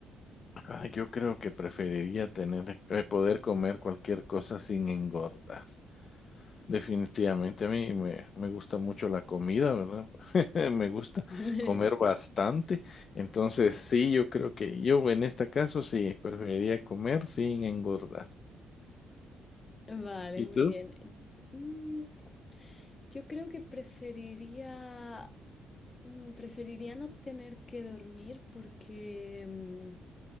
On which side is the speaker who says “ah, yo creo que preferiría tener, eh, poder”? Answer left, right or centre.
Left